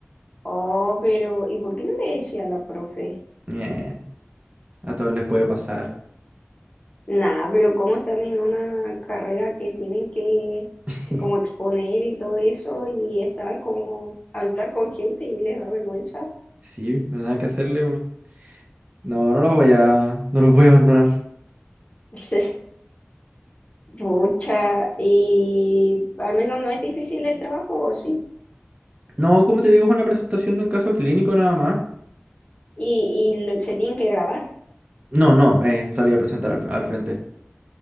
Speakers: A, on the left (about 35°); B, on the right (about 35°).
A: Oh, pero ¿y por qué no le decía a la profe?
B: Eh, A todos les puede pasar.
A: Nah, pero ¿cómo están en una carrera que tienen que,
B: <laughs>
A: que como exponer y todo eso y estar como hablar con gente y les da vergüenza?
B: Sí, no hay nada que hacerle. pues. No, no los voy a, no los voy a abandonar.
A: <laughs> Es mucha y al menos no es difícil el trabajo, ¿o sí?
B: No, como te digo, es una presentación de un caso clínico nada más.
A: Y, y lo- se tienen que grabar.
B: No, no, eh, salí a presentar al, al frente.